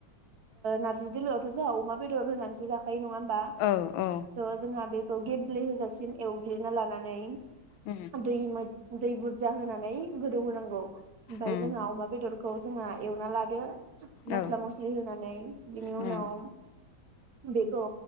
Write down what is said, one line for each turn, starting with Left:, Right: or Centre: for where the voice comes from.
Right: नारजि दोलोथ' जों अमा बेदर होनानैसो जाखायो नङा होमबा
Left: औ औ
Right: थ' जोंहा बे बे खौ गेब्लेहोजासिम एवग्लिना लानानै
Left: उम
Right: दै दै बुरजा होनानै गोदौ होनांगौ। ओमफाय
Left: उम
Right: जोंहा अमा बेदरखौ जोंहा एवना लादो मस्ला
Left: औ
Right: मस्लि होनानै बिनि
Left: उम
Right: उनाव बेखौ